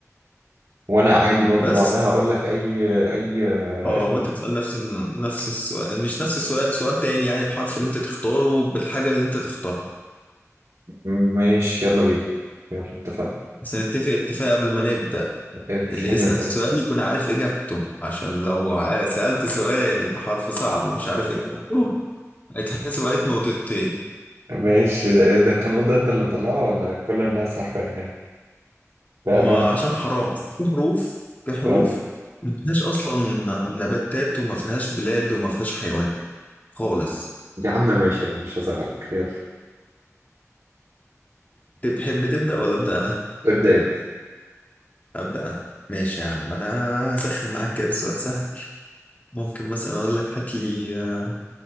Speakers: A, on the right; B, on the left.
A: وانا عادي برضو
B: بس
A: بعدها اقول لك اي اي آه،
B: اه
A: اسم
B: وانت تسأل نفس ال- نفس السؤال مش نفس السؤال سؤال تاني يعني بحرف اللي انت تختاره بالحاجة اللي انت تختارها
A: ماشي يلا بينا يلا اتفقنا
B: بس نتفق اتفاق قبل ما نبدأ
A: إيه
B: اللي يسأل
A: ده؟
B: سؤال يكون عارف إجابته عشان لو ع- سألت سؤال بحرف صعب ومش عارف إجابته هيتحسب عليك نقطتين
A: <laughs> ماشي ده ده القانون ده انت اللي مطلعه ولا كل الناس عارفاه يعني بأمانة
B: ما عشان حرام بس في حروف في حروف
A: اه
B: ما فيهاش أصلا نباتات وما فيهاش بلاد وما فيهاش حيوان خالص
A: يا عم ماشي يا عم مش هزعلك يلا
B: تحب تبدأ ولا أبدأ أنا؟
A: ابدأ انت
B: أبدأ أنا ماشي يا عم أنا هسخن معاك كده بسؤال سهل ممكن مثلا أقول لك هات لي